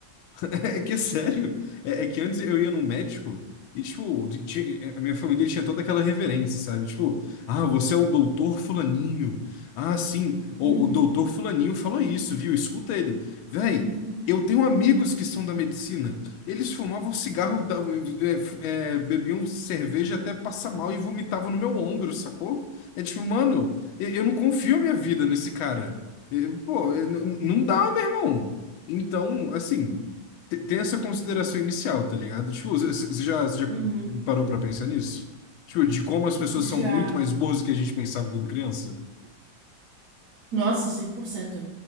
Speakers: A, on the left (about 85°); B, on the right (about 60°).
A: é é que é sério. É, é que antes eu ia no médico e, tipo, de- de- a minha família tinha toda aquela reverência, sabe? Tipo, ah, você é o doutor fulaninho. Ah, sim,
B: Uhum.
A: o, o doutor fulaninho falou isso, viu? Escuta ele. Véi,
B: <laughs>
A: eu tenho amigos que são da medicina. Eles fumavam cigarro, da- é, fu- é, bebiam cerveja até passar mal e vomitavam no meu ombro, sacou? É tipo, mano, eu, eu não confio a minha vida nesse cara. Eu- pô, eu- n- n- não dá, meu irmão. Então, assim te- tem essa consideração inicial, tá ligado? Tipo, você você já, você já
B: Uhum.
A: parou pra pensar nisso? Tipo, de como as pessoas
B: Já.
A: são muito mais burras do que a gente pensava quando criança?
B: Nossa, 100%.